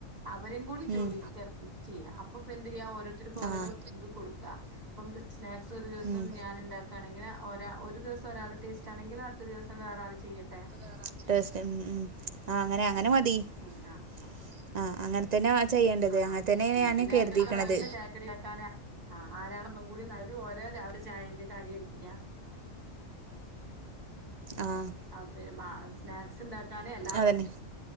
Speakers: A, on the right; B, on the right.
A: അവരും കൂടി ജോലിൽ
B: ഉം
A: <unintelligible> ചെയ്യാം അപ്പൊ ഇപ്പം എന്ത് ചെയ്യാം ഓരോത്തർക്കും ഓരോരോ
B: ആഹ്
A: ഇത് കൊടുക്കുക ഇപ്പം സ്നാക്സ് ഒരു ദിവസം
B: ഉം
A: ഞാൻ ഉണ്ടാക്കുകയാണെങ്കിൽ ഒരാ ഒരു ദിവസം ഒരാളുടെ ടേസ്റ്റാണെങ്കിൽ അടുത്ത ദിവസം വേറെ ആള് ചെയ്യട്ടെ
B: <unintelligible> അങ്ങനെ <unintelligible> ആ
A: ഉം ആഹ് ആഹ്
B: അങ്ങനെ തന്നെ ആ ചെയ്യേണ്ടത് അങ്ങനെ തന്നെ ഞാന്
A: പിന്നെ
B: കരുതിക്കണത്
A: <unintelligible> രാവിലത്തെ ചായക്കടി ആാക്കാന ആ ആരാണെന്നും കൂടി <unintelligible> ട്ട് ചായന്റെ കാര്യം ഏൽപ്പിക്കാ
B: ആഹ്
A: ആ <unintelligible> സ്നാക്സ് ഉണ്ടാക്കാനെ എല്ലാ
B: അതന്നെ